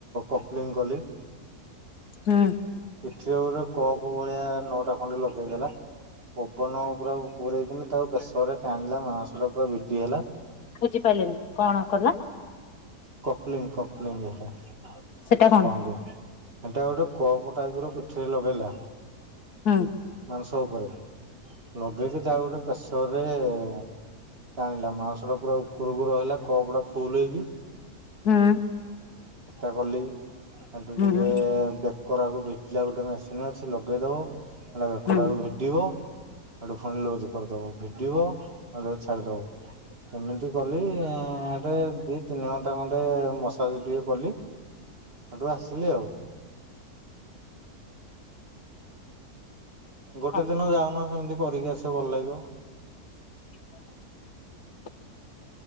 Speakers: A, on the right; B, on the left.
A: କପଲିଙ୍ଗ କଲି।
B: ହୁଁ।
A: ପିଠିରେ ଗୋଟେ କପ ଭଳିଆ ନଅଟା ଖଣ୍ଡେ ଲଗେଇଦେଲା। ପବନ ପୁରା ପୁରେଇକିନି ତାକୁ ପ୍ରେଶରରେ ଟାଣିଲା ମାଂସ ଟା ପୁରା ଭିଡି ହେଲା।
B: ବୁଝିପାରିଲିନି କଣ କଲା?
A: କପ୍ଲିଙ୍ଗ କପଲିଙ୍ଗ ଏଇଟା
B: ସେଟା କଣ
A: କହନ୍ତି। ହେଟା ଗୋଟେ କପ ଟାଇପ ର ପିଠିରେ ଲଗେଇଲା।
B: ହଁ।
A: ମାଂସ ଉପରେ ଲଗେଇକି ତାକୁ ଗୋଟେ ପ୍ରେସରରେ ଟାଣିଲା, ମାଂସ ଟା ପୁରା ଉପରକୁ ରହିଲା କପଟା ଫୁଲ ହେଇକି
B: ହଁ।
A: ସେଟା କଲି। ହେଠୁ
B: ହୁଁ
A: ଧୀରେ ବେକରାକୁ ଭିଡିଲା ଗୋଟେ ମେସିନ ଅଛି ଲଗେଇ ଦବ ହେଟା ବେକ
B: ହୁଁ
A: ଟାକୁ
B: ହୁଁ।
A: ଭି ଡିବ ହେଟୁ ଫୁଣି ଲୁଜ କରିଦବ ଭିଡିବ ତାପରେ ଛାଡି଼ଦବ, ଏମିତି କଲି ଆଁ <unintelligible> ଦି ତିନି ଘଣ୍ଟା ଖଣ୍ଡେ ମସ୍ ସାଜ୍ ଟିକେ କଲି ହେଠୁ ଆସିଲି ଆଉ। ଗୋଟେ
B: ହଁ
A: ଦିନ
B: ହଁ
A: ଯାଉନ ସେମିତି କରିକି ଆସିବ ଭଲ ଲାଗିବ।
B: <inaudible>